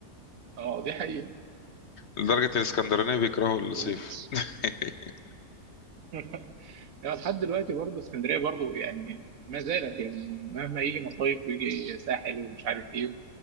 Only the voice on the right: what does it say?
اه دي حقيقه
و-
<laughs> يعني لحد دلوقتي برضه اسكندريه برضه يعني ما زالت يعني مهما يجي مصايف ويجي ساحل ومش عارف ايه